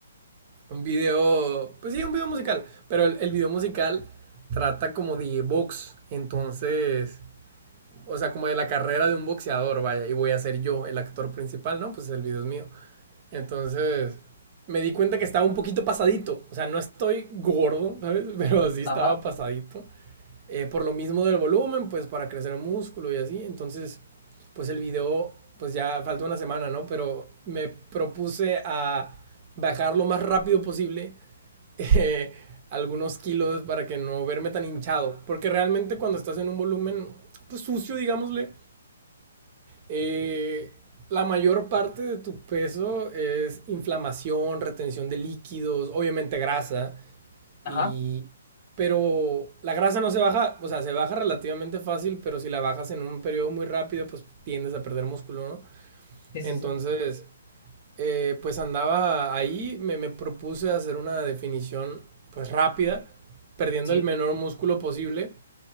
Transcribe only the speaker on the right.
un video, pues sí, un video musical. Pero el, el video musical trata como de box. Entonces, o sea, como de la carrera de un boxeador, vaya. Y voy a ser yo el actor principal, ¿no? Pues el video es mío. Entonces, me di cuenta que estaba un poquito pasadito. O sea, no estoy gordo, ¿sabes? <laughs> Pero sí estaba
pasadito. Eh, por lo mismo del volumen, pues para crecer el músculo y así. Entonces, pues el video, pues ya falta una semana, ¿no? Pero me propuse a bajar lo más rápido posible <laughs> eh, algunos kilos para que no verme tan hinchado. Porque realmente cuando estás en un volumen, pues sucio, digámosle, eh, la mayor parte de tu peso es inflamación, retención de líquidos, obviamente grasa,
y... pero la grasa no se baja, o sea, se baja relativamente fácil, pero si la bajas en un periodo muy rápido, pues tiendes a perder músculo, ¿no?
Entonces,
eh, pues andaba ahí, me, me propuse hacer una definición, pues rápida, perdiendo
el menor músculo posible